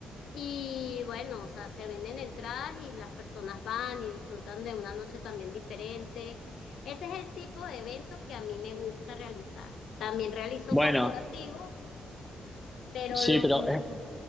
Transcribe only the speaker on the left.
Y bueno, o sea, se venden entradas y las personas van y disfrutan de una noche también diferente. Ese es el tipo de eventos que a mí me gusta realizar. También realizo
corporativos, pero
lo,
mm,
mm,